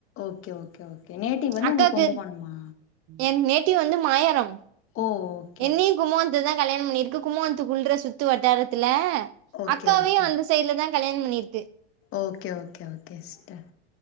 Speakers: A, on the left; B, on the right.
A: ஓகே ஓகே ஓகே நேட்டிவ் வந்து
B: அக்காக்கு
A: உங்களுக்கு கும்பகோணமா
B: என் நேட்டிவ் வந்து மாயாரம்
A: ஓ ஓ
B: என்னியு கும்பகோணத்துல தா கல்யாணம் பண்ணிருக்கு கும்பகோனத்துக்குள்ற சுத்து வட்டாரத்துல
A: ஓகே
B: அக்காவயு
A: ஓகே
B: அந்த சைட்ல தா கல்யாண பண்ணிருக்கு
A: ஓகே ஓகே ஓகே சிஸ்டர்